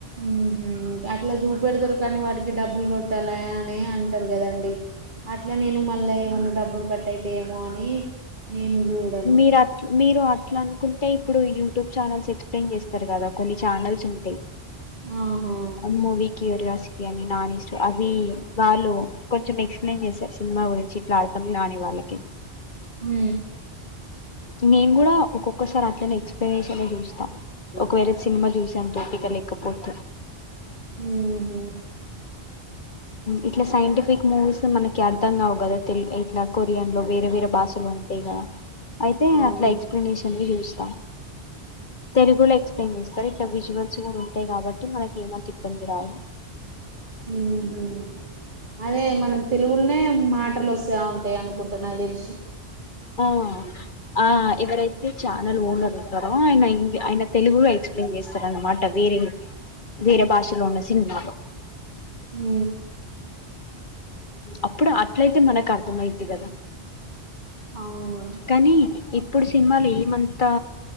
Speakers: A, on the right (about 50°); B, on the left (about 50°).
A: మ్ హూ అట్లా చూపెడతరు కానీ వాటికి డబ్బులు కొట్టాలా అని అంటరు గదండి. అట్లా నేను మళ్ళా ఏమన్నా డబ్బులు కటైతై ఏమో అని నేను చూడను
B: మీరు అట్ల్ మీరు అ ట్లా అనుకుంటే ఇప్పుడు యూ టుబ్ ఛానెల్స్ ఎక్స్ప్లయిన్ చేస్తారు గదా కొన్ని ఛానల్స్ ఉంటాయ్
A: ఆహా
B: అమ్మ వికి రస్పి అనీ నాన్ ఈస్ట్ అవి వాళ్ళు కొంచెం మక్స్ ప్లైన్ జెశర్ సినిమా గురించి ట్లా అర్థంగానీ వాళ్ళకి
A: హ
B: నేను కూడా ఒక్కొక్కసారి అట్లనే ఎక్స్ప్లెయిన్ చేష చ చూషత ఒకవేళ సినిమా చూసా తోపిక లేకపోతు
A: హ హ
B: ఇట్లా సైంటిఫిక్ మూవీస్ మనకి అర్థం కావు కదా తె ఇట్లా కొరియన్ లో వేరే వేరే భాషలు ఉంటాయి కదా అయితే
A: అవును
B: అట్లా ఎక్స్ప్లెనేషన్ చూస్తా తెలుగులో ఎక్స్ప్లెయిన్ చేస్తారు ఇట్గు ఫస్ కూడా ఉంటాయి కాబట్టి మనకి కేమ తిప్పంది రావు
A: ఉహు అదే మనకు తెలుగులోనే మాటలు వస్తే ఉంటాయి అనుకుంటున్నా తెలిసి
B: ఆ ఆ ఎవరైతే ఛానల్ ఓనర్ ఉంటారో ఆయనంగ్ ఆయన తెలుగులో ఎక్స్ప్లెయిన్ చేస్తారనమాట వేరే వేరే భాషలో ఉన్న సినిమాలో
A: ఉ
B: అ ఇప్పుడు అట్లయితే మనకు అర్థమయద్ది కదా
A: అవును
B: కానీ ఇ అప్పుడు సినిమాలు ఏమంతా